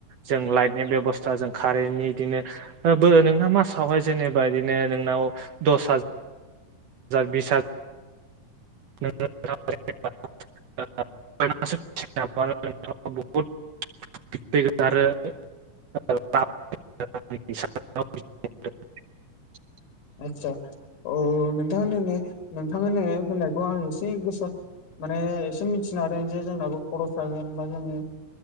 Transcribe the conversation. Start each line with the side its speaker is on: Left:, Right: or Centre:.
Right: जों लाइटनि बेब'स्था जों कारेन्टनि बिदिनो बो नोंना मासावहाय जेनेबा बिदिनो नोंनाव दस हा जार बिस हा <unintelligible> <unintelligible> <unintelligible> <unintelligible>
Left: आदसा औ नोंथां होननाय नोंथां होननायखौ आं एसे गोसा माने एसे मिथिनो हादों जे जोंनाबो खरस जागोन बा जोंङो